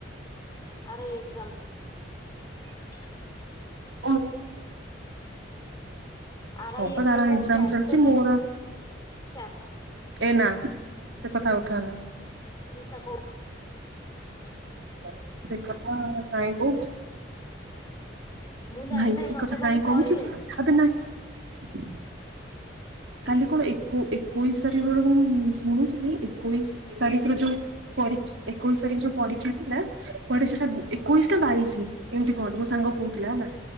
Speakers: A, on the left; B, on the right.
A: ଆର ଏଗ୍ଜାମ।
B: ଓ
A: ଆର
B: ହଁ
A: ଆଇ
B: ପା
A: ଏକ୍ଜାମ
B: ତାର
A: କଣ
B: ଏଗ୍ଜାମ
A: କ୍ୟାନସଲ
B: ଚାଲିଚି ମୋର
A: କ୍ୟାନସଲ
B: ଏ ନାଁ ସେ କଥା ଉ ହଁ।
A: ମିଠା କୋଉ
B: ସେ କଥା କାହିଁ କହୁଚୁ?
A: ମୁଁ ଜାଣିନାହିଁ
B: ଭାଇ ଏ
A: ମତେ
B: କଥା
A: କାଲି
B: କାଇଁ କହୁଚୁ
A: କହିଲେ।
B: ତୁ ଅବେ ନାଇଁ କାଲି କଣ ଏକୋ ଏକୋଇଶି ତାରିଖ ବେଳେ କଣ ମୁଁ ଶୁଣୁଥିଲି ଏକୋଇଶି ଏକାଡିକିରେ ଯୋଉ ପରୀ ଏକୋଇଶ ତାରିଖ ଯୋଉ ପରୀକ୍ଷା ଥିଲା କୁଆଡ଼େ ସେଟା
A: ହଁ
B: ଏକୋଇଶିଟା ବାଇଶି ଏମତି କଣ ମୋ ସାଙ୍ଗ କୋହୁଥୁଲା ହେଲା